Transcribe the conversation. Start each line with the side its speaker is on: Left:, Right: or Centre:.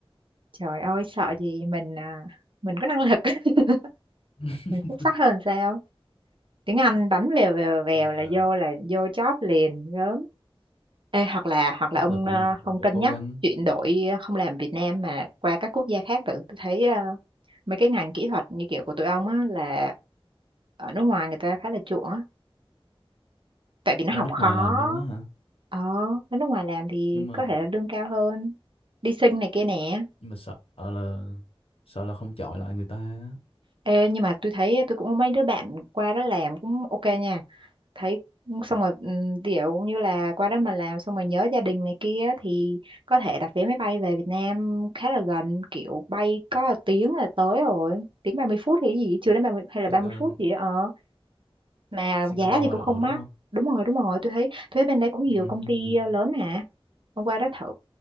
Right: trời ơi sợ gì mình à, mình có năng lực <laughs>
Left: <laughs>
Right: mình xuất sắc hơn sao tiếng Anh bấm vèo vèo vèo
Left: chung
Right: là
Left: là
Right: vô là vô job liền gớm Ê, hoặc là hoặc là
Left: chắc
Right: ông
Left: là cũng
Right: ờ,
Left: cũng
Right: không
Left: phải
Right: cân
Left: cố
Right: nhắc
Left: gắng
Right: chuyển đổi ờ, không làm Việt Nam mà qua các quốc gia khác tự tôi thấy ờ, mấy cái ngành kỹ thuật như kiểu của tụi ông á là ở nước ngoài người ta khá là chuộng á tại vì nó
Left: ra
Right: học
Left: nước
Right: khó
Left: ngoài làm luôn á hả
Right: ờ ở nước ngoài làm thì
Left: nhưng mà
Right: có thể là lương cao hơn đi sinh này kia nè
Left: nhưng mà sợ là sợ là không chọi lại người ta á.
Right: Ê, nhưng mà tôi thấy tôi cũng có mấy đứa bạn qua đó làm cũng ok nha thấy xong rồi ừm, ví dụ như là qua đó mà làm xong rồi nhớ gia đình này kia thì có thể đặt vé máy bay về Việt Nam khá là gần kiểu bay có một tiếng là tới rồi tiếng 30 phút thì cái gì chưa đến 30 hay
Left: Singa,
Right: là 30 phút gì đó. ờ mà
Left: Singapore
Right: giá thì cũng
Left: đồ
Right: không
Left: đúng
Right: mắc
Left: không
Right: đúng rồi đúng rồi tôi thấy tôi thấy bên đấy cũng nhiều
Left: Ừm.
Right: công ty ờ, lớn mà hôm qua đó thử